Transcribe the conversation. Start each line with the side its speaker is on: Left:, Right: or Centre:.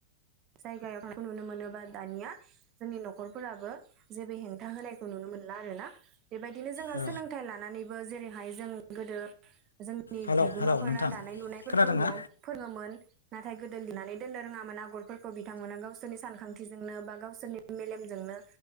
Right: जायगायाव थांनायखौ नुनो मोनोबा दानिया जोंनि न'खर फोराबो जेबो हेंथा होनायखौ नुनो मोनला आरो ना बेबायदिनो जोंहा
Left: औ
Right: सोलोंथाइ लानानैबो जेरैहाय जों गोदो जों नि
Left: हेलौ
Right: बिगोमाफोरा
Left: हेलौ नोंथां
Right: दानाय लुनायफोरखौ
Left: खोनादों
Right: न'आव
Left: ना
Right: फोरोङोमोन नाथाय गोदो लिरनानै दोननो रोङामोन आगर फोरखौ बिथांमोना गावसोरनि सानखांथिजोंनो बा गावसोरनि मेलेमजोंनो